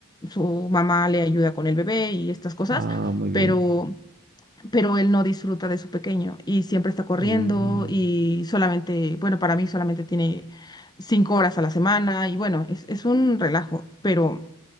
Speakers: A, on the left; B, on the right.
A: su mamá le ayuda con el bebé y estas cosas,
B: Ah, muy
A: pero
B: bien.
A: pero él no disfruta de su pequeño y siempre está corriendo
B: Mm,
A: y solamente, bueno, para mí solamente tiene cinco horas a la semana y bueno, es, es un relajo, pero